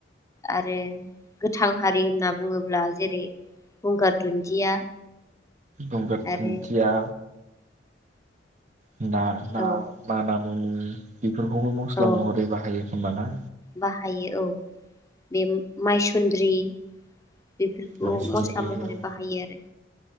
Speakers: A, on the left; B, on the right.
A: आरो गोथां हारि होनना बुङोब्ला जेरै गंगार दुन्दिया
B: गंगार
A: आरो
B: दुन्दिया ना ना
A: औ
B: मा नाम? मनि बेफोरखौबो मस्ला
A: औ
B: महरै बाहायोखोमा ना?
A: बाहायो औ बे माइसुन्द्रि बेफोरखौ
B: माइसुन्द्रियाव
A: मस्ला महरै बाहायो आरो